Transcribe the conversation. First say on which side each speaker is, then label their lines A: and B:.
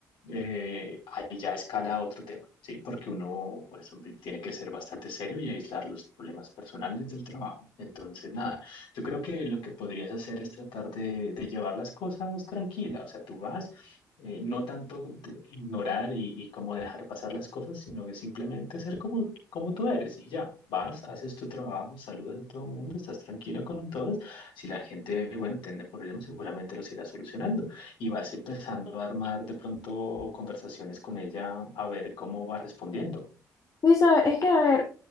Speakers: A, on the left (about 60°); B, on the left (about 35°).
A: eh, ahí ya escala a otro tema, ¿sí? Porque uno, pues, tiene que ser bastante serio y aislar los problemas personales del trabajo. Entonces, nada, yo creo que lo que podrías hacer es tratar de, de llevar las cosas tranquila. O sea, tú vas eh, no tanto de ignorar y, y como dejar pasar las cosas, sino que simplemente ser como, como tú eres y ya, vas, haces tu trabajo, saludas a todo el mundo, estás tranquilo con todos. Si la gente, bueno, tiene problemas, seguramente los irá solucionando y vas empezando a armar de pronto conversaciones con ella a ver cómo va respondiendo.
B: Y sabes, es que a ver,